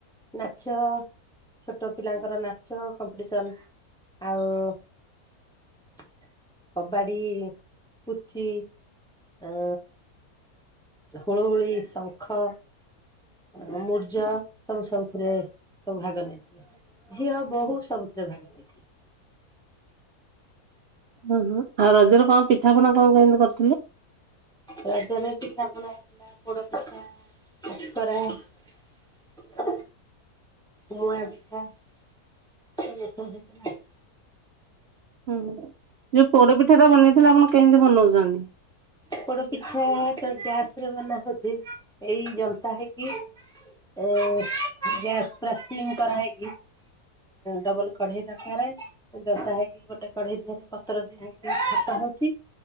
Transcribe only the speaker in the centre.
ନାଚ ଛୋଟ ପିଲାଙ୍କର ନାଚ କମ୍ପିଟିସନ ଆଉ। <inaudible> କବାଡ଼ି ପୁଚି। ଆ ହୁଳୁହୁୁଳି ଶଙ୍ଖ। ମୂର୍ଜ ସବୁ ସବୁଥିରେ ସବୁ ଭାଗ ନେଇଥିଲେ। ଝିଅ ବୋହୁ ସବୁଥିରେ ଭାଗ ନେଇଥିଲେ।
ରଜରେ ପିଠା ପଣା ହେଇଥିଲା ପୋଡପିଠା। କାକରା ଆଉ ମୁଆ ପିଠା। ସେ ଓଟରେ ଥିଲା ଆଉ।
ପୋଡ ପିଠା ସେ ଗ୍ୟାସ୍ ରେ ବନା ହଉଚ଼ି ଏଇ ଜନ୍ତା ହେଇକି। ଏ ଗ୍ୟାସ୍ ପରା ସିମ୍ କରା ହେଇକି। ଡବଲ କଢେଇ ଦରକାରେ ଜନ୍ତା ହେଇକି ଗୋଟେ କଢେଇ ଦିହରେ ପତର ଦିଆ ହେଇକି ପାଉଛି